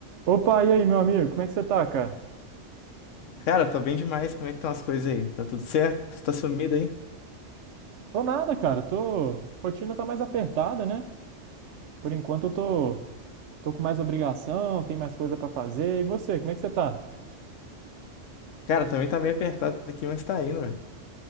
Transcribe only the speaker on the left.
Cara, tô bem demais. Como é que estão as coisas aí? Tá tudo certo? Tá sumido aí?
Cara, também tá meio apertado aqui, mas tá indo, velho.